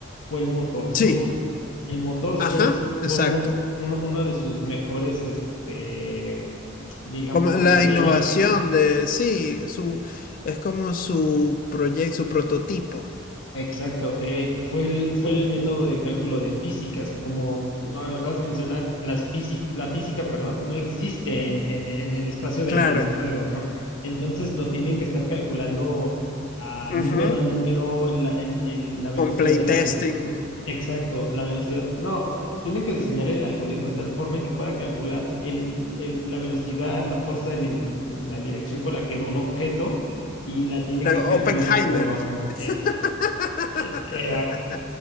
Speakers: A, on the left; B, on the left.
A: fue el motor Source.
B: Sí,
A: El motor Source
B: ajá, exacto.
A: fue uno, uno, uno de sus mejores, este, digamos,
B: Como la
A: diseños
B: innovación de, sí, su, es como su proyecto, su prototipo.
A: Exacto, eh, fue el, fue el método de cálculo de físicas. Como no, lo acabas de mencionar, las físi- la física, perdón, no existe en, en- en el espacio
B: Claro.
A: del videojuego, ¿no? Entonces lo tienen que estar calculando a
B: ujú,
A: número a número, el- el- el- la velocidad
B: Con playtesting.
A: de la que sube. Exacto, la velocidad. No, eh, tienen que diseñar el algoritmo de tal forma en que pueda calcular el- el- la velocidad, la fuerza, la inten- la dirección con la que va un objeto y la tiene que calcular
B: Claro, Oppenheimer.
A: en cómo va bajando.
B: <laughs>
A: Eh, eh,